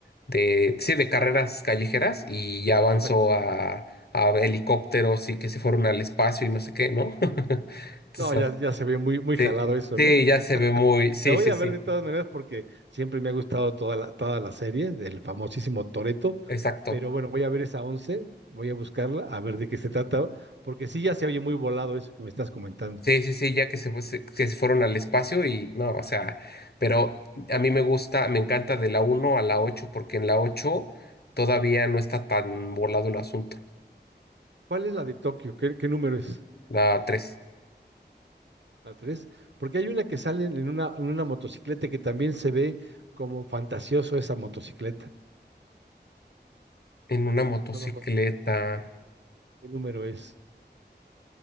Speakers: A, on the left; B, on the right.
A: de, sí, de carreras callejeras y ya avanzó
B: exacto.
A: a, a helicópteros y que se fueron al espacio y no sé qué, ¿no? <laughs> Entonces,
B: No,
A: ah,
B: ya, ya se ve muy, muy
A: sí,
B: jalado eso,
A: sí,
B: ¿no?
A: ya se ve muy, sí,
B: La voy
A: sí,
B: a
A: sí,
B: ver de todas maneras porque siempre me ha gustado toda la, toda la serie del famosísimo Toreto,
A: exacto.
B: pero bueno, voy a ver esa 11, voy a buscarla, a ver de qué se trata, porque sí ya se oye muy volado eso que me estás comentando.
A: Sí, sí, sí, ya que se, fue- se- que se fueron al espacio y no, o sea, pero a mí me gusta, me encanta de la uno a la 8 porque en la 8 todavía no está tan volado el asunto.
B: ¿Cuál es la de Tokio? ¿Qué, qué número es?
A: La tres
B: A tres, porque hay una que sale en una, en una motocicleta que también se ve como fantasioso esa motocicleta.
A: en una motocicleta,
B: No me acuerdo qué, qué número es.